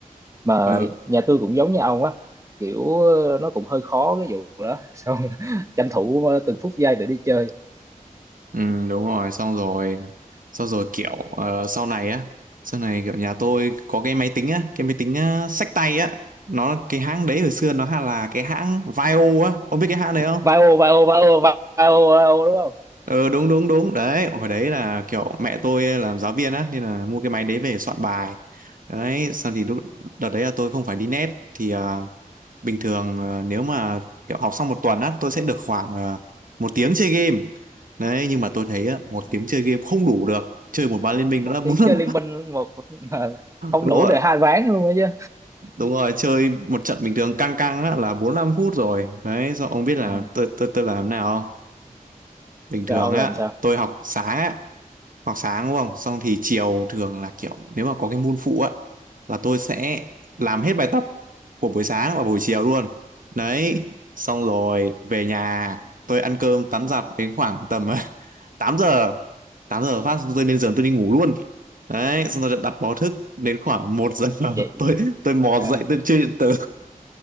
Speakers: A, on the right; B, on the right.
A: mà
B: Ờ,
A: nhà tôi cũng giống như ông á kiểu ờ, nó cũng hơi khó cái vụ đó xong <laughs> tranh thủ ờ, từng phút giây để đi chơi
B: Ừ, đúng rồi xong rồi xong rồi kiểu ờ, sau này á sau này kiểu nhà tôi có cái máy tính á cái máy tính ờ, xách tay á nó cái hãng đấy hồi xưa nó hay là cái hãng Vaio á ông biết cái hãng đấy không
A: vai ô vai ô vai ô vai ô vai ô đúng không
B: ờ đúng đúng đúng đấy hồi đấy là kiểu mẹ tôi làm giáo viên á nên là mua cái máy đấy về soạn bài đấy xong thì lúc đợt đấy là tôi không phải đi net thì à, bình thường ờ, nếu mà kiểu học xong một tuần á tôi sẽ được khoảng ờ, một tiếng chơi game đấy nhưng mà tôi thấy á, một
A: Ừ.
B: tiếng chơi game không đủ được chơi một ván liên minh
A: một
B: nó đã bốn
A: tiếng
B: năm
A: chơi liên minh một mà không
B: <laughs> đúng
A: đủ
B: rồi
A: để hai ván luôn ấy chứ
B: đúng rồi chơi một trận bình thường căng căng á là bốn năm phút rồi đấy sao ông biết là
A: à,
B: tôi tôi tôi làm thế nào không bình thường
A: sao ông
B: á
A: làm sao
B: tôi học sáng á hoặc sáng đúng không xong thì chiều thường là kiểu nếu mà có cái môn phụ á là tôi sẽ làm hết bài tập của buổi sáng và buổi chiều luôn đấy xong rồi về nhà tôi ăn cơm tắm giặt đến khoảng tầm <laughs> 8 giờ 8 giờ phát tôi lên giường tôi đi ngủ luôn đấy xong rồi đặt báo thức đến khoảng một giờ
A: vậy
B: <laughs> tôi tôi mò
A: <laughs>
B: dậy tôi chưa điện tử